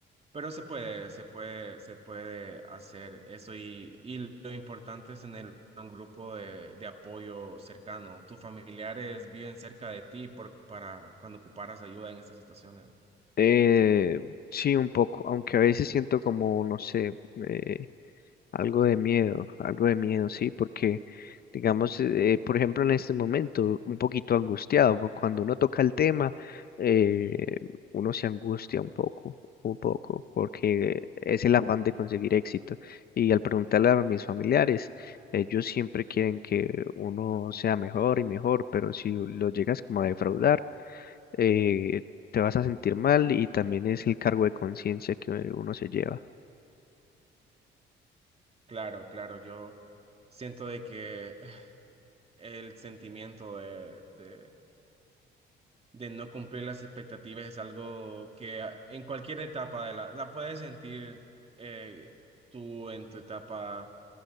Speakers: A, on the right (about 30°); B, on the left (about 50°).
A: pero se puede, se puede, se puede hacer eso y, y lo importante es tener un grupo de, de apoyo cercano. Tus familiares viven cerca de ti por, para cuando ocuparas ayuda en estas situaciones.
B: Eh, sí, un poco, aunque a veces siento como, no sé, eh, algo de miedo, algo de miedo, sí, porque, digamos, eh, por ejemplo, en este momento, un poquito angustiado, porque cuando uno toca el tema, eh, uno se angustia un poco, un poco, porque es el afán de conseguir éxito. Y al preguntarle a mis familiares, ellos siempre quieren que uno sea mejor y mejor, pero si lo llegas como a defraudar, eh, te vas a sentir mal y también es el cargo de conciencia que uno se lleva.
A: Claro, claro, yo siento de que <sighs> el sentimiento de, de- de no cumplir las expectativas es algo que a- en cualquier etapa de la, la puedes sentir eh, tú en tu etapa